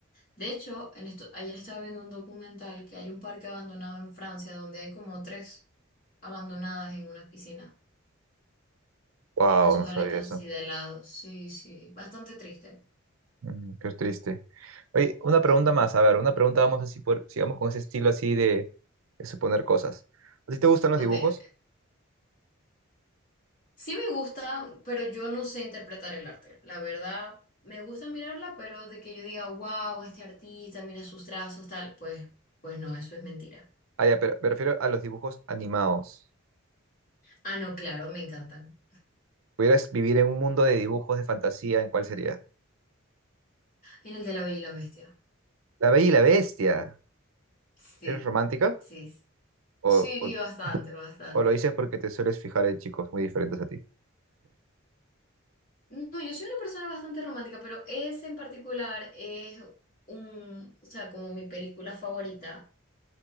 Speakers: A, on the left (about 40°); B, on the right (about 80°).
A: De hecho, en esto, ayer estaba viendo un documental que hay un parque abandonado en Francia donde hay como tres abandonadas en unas piscinas.
B: Wow,
A: Tienen sus
B: no
A: aletas
B: sabía eso.
A: así de lado. Sí, sí, bastante triste.
B: Mm, qué triste. Oye, una pregunta
A: Sí.
B: más, a ver, una pregunta vamos así por, sigamos con ese estilo así de, de suponer cosas. ¿A ti te gustan los
A: Ok,
B: dibujos?
A: ok. Sí me gusta, pero yo no sé interpretar el arte. La verdad, me gusta mirarla, pero de que yo diga, wow, este artista, mira sus trazos, tal, pues, pues no, eso es mentira.
B: Ah, ya, pero me refiero a los dibujos animados.
A: Ah, no, claro, me encantan.
B: ¿Pudieras vivir en un mundo de dibujos de fantasía, en cuál sería?
A: En el de La Bella y la Bestia.
B: La Bella y la Bestia.
A: Sí,
B: ¿Eres romántica?
A: sí.
B: O,
A: Sí,
B: o,
A: bastante, bastante.
B: o lo dices porque te sueles fijar en chicos muy diferentes a ti.
A: No, yo soy una persona bastante romántica, pero ese en particular es un, o sea, como mi película favorita.